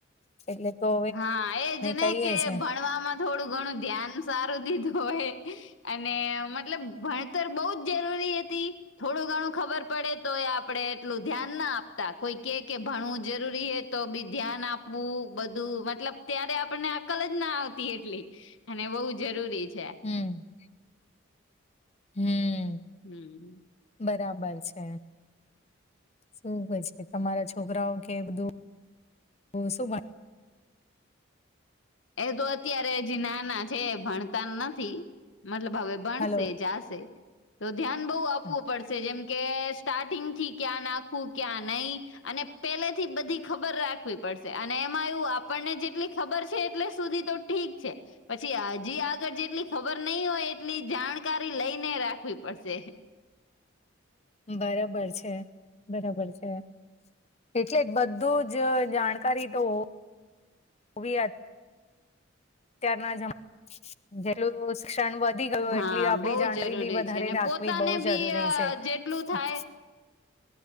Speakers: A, on the left; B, on the left.
A: એટલે તો
B: હા એજ
A: કહીએ છે.
B: ભણવામાં થોડું ઘણું ધ્યાન સારું દીધું હોય અને મતલબ ભણતર બહુ જ જરૂરી હતી થોડું ઘણું ખબર પડે તો એ આપડણે એટલું ધ્યાન ના આપતા કોઈ કે કે ભણવું જરૂરી તો બી ધ્યાન આપવું બધું મતલબ ત્યારે આપણને અકલ જ ના આવતી એટલી અને બહુ જરૂરી છે
A: હમ હમ
B: હમ
A: બરાબર છે શું કે છે તમારા છોકરાઓ કે બધું શું
B: એ તો અત્યારે જ નાના છે ભણતા નથી મતલબ હવે ભણશે
A: હલો
B: જાશે તો ધ્યાન બહુ આપવું
A: હા.
B: પડશે જેમ કે સ્ટાર્ટિંગ થી ક્યાં નાખું ક્યાં નહીિ અને પેલેથી બધી ખબર રાખવી પડશે અને એમાં એવું આપણને જેટલી ખબર છે છે એટલે સુધી તો ઠીક છે પછી હજી આગળ જેટલી ખબર નહી હોય એટલી જાણકારી લઈને રાખવી પડશે
A: બરોબર છે બરોબર છે એટલે બધું જ જાણકારી તોવી અત્યારના જ એટલું શિક્ષણ વધી ગયું
B: હા
A: એટલી આપડી
B: બહુ
A: જાણરી
B: જરૂરી
A: બી વધારે
B: છે ને
A: રાખવી
B: પોતાને
A: બહુ
B: બી
A: જરૂરી
B: અ
A: છે
B: જેટલું
A: સા
B: થાય